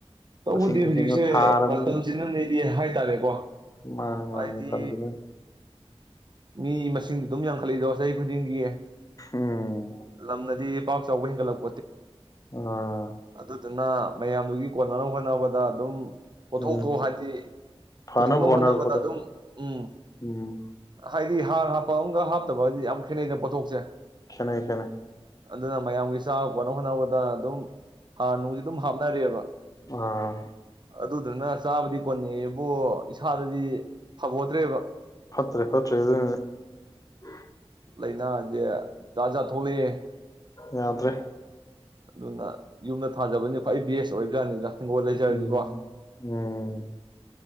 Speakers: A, on the right (about 45°); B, on the left (about 35°).
A: ꯇꯧꯕꯗꯤ
B: ꯇꯁꯦꯡ ꯇꯁꯦꯡꯅ
A: ꯍꯧꯖꯤꯛꯁꯦ
B: ꯊꯥꯔꯕꯅꯤꯅ
A: ꯃꯇꯝꯁꯤꯅꯅꯦꯗꯤ ꯍꯥꯏꯇꯥꯔꯦꯀꯣ
B: ꯃꯥꯅꯦ ꯃꯥꯅꯦ
A: ꯍꯥꯏꯗꯤ
B: ꯃꯇꯝꯁꯤꯅ
A: ꯃꯤ ꯃꯁꯤꯡ ꯑꯗꯨꯝ ꯌꯥꯝꯡꯈꯠꯂꯛꯏꯗꯣ ꯆꯍꯤ ꯈꯨꯗꯤꯡꯒꯤ
B: ꯎꯝ
A: ꯂꯝꯅꯗꯤ ꯄꯥꯛ ꯆꯥꯎꯕ ꯍꯦꯟꯒꯠꯂꯛ
B: ꯑꯥ
A: <unintelligible> ꯃꯌꯥꯝꯗꯨꯒꯤ ꯀꯣꯟꯅꯅꯕ ꯍꯣꯠꯅꯕꯗ ꯑꯗꯨꯝ ꯄꯣꯠꯊꯣꯛꯇꯣ
B: ꯎꯝ
A: ꯍꯥꯏꯗꯤ
B: ꯐꯅꯕ
A: ꯄꯨꯊꯣꯛꯅꯕ
B: ꯍꯣꯠꯅꯔꯛꯄꯗ
A: ꯍꯣꯠꯅꯕꯗ ꯑꯗꯨꯝ ꯎꯝ
B: ꯎꯝ
A: ꯍꯥꯏꯗꯤ ꯍꯥꯔ ꯍꯥꯞꯄ ꯑꯃꯒ ꯍꯥꯞꯇꯕꯖꯤ ꯌꯥꯝ ꯈꯦꯠꯅꯩꯩꯗꯅ ꯄꯣꯠꯊꯣꯛꯁꯦ
B: ꯈꯦꯅꯩ ꯈꯦꯅꯩ꯫
A: ꯑꯗꯨꯅ ꯃꯌꯥꯝꯒꯤ ꯆꯥꯕ ꯀꯣꯟꯅꯕ ꯍꯣꯠꯅꯕꯗ ꯑꯗꯨꯝ ꯍꯥꯔ ꯅꯣꯡꯁꯤ ꯑꯗꯨꯝ ꯍꯥꯞꯅꯔꯦꯕ
B: ꯑꯥ
A: ꯑꯗꯨꯗꯨꯅ ꯆꯥꯕꯗꯤ ꯀꯣꯟꯅꯩꯕꯨ ꯏꯁꯥꯗꯗꯤ ꯐꯥꯕꯣꯠꯇ꯭ꯔꯦꯕ
B: <unintelligible>
A: ꯂꯩꯅꯥꯖꯦ ꯖꯥꯠ ꯖꯥꯠ ꯊꯣꯛꯂꯛꯑꯦ
B: ꯌꯥꯗ꯭ꯔꯦ
A: ꯑꯗꯨꯅ ꯌꯨꯝꯗ ꯊꯥꯖꯕꯅꯤ ꯈ꯭ꯋꯥꯏ ꯕꯦꯁ ꯑꯣꯏꯕꯖꯠꯅꯤꯗ ꯍꯤꯡꯒꯣꯜ ꯂꯩꯖꯔꯗꯤꯀꯣ
B: ꯎꯝ ꯎꯝ